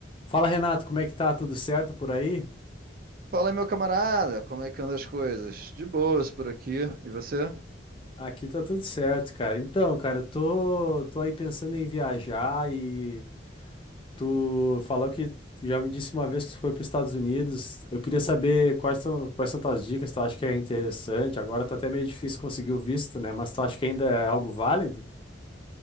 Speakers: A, on the left; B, on the right.
A: Fala, Renato, como é que tá? Tudo certo por aí?
B: Fala, meu camarada, como é que andam as coisas? De boas por aqui. E você?
A: Aqui tá tudo certo, cara. Então, cara, eu tô, tô aí pensando em viajar e tu falou que tu já me disse uma vez que tu foi para os Estados Unidos. Eu queria saber quais são, quais são tuas dicas, tu acha que é interessante? Agora tá até meio difícil conseguir o visto, né? Mas tu acha que ainda é algo válido?